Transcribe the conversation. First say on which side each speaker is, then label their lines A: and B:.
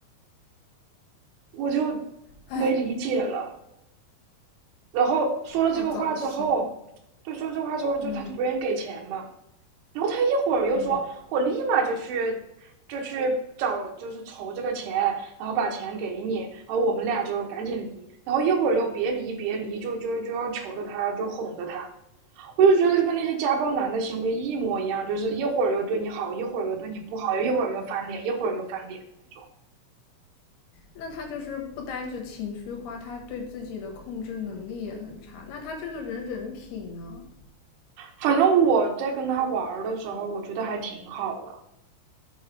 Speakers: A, on the right; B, on the left.
A: 我就
B: 哎，
A: 没理解了。然后说了这个话之后，
B: 好糟心。
A: 对，说了这个话之后，就他就不愿意给钱嘛。
B: 嗯
A: 然后他一会儿又说，
B: 嗯，
A: 我立马就去，就去找，就是筹这个钱，然后把钱给你，然后我们俩就赶紧离。然后一会儿又别离，别离，就就就要求着他，就哄着他。我就觉得跟那些家暴男的行为一模一样，就是一会儿又对你好，一会儿又对你不好，又一会儿又翻脸，一会儿又翻脸的那种。
B: 那他就是不单指情绪化，他对自己的控制能力也很差。那他这个人人品呢？
A: 反正我在跟他玩的时候，我觉得还挺好的，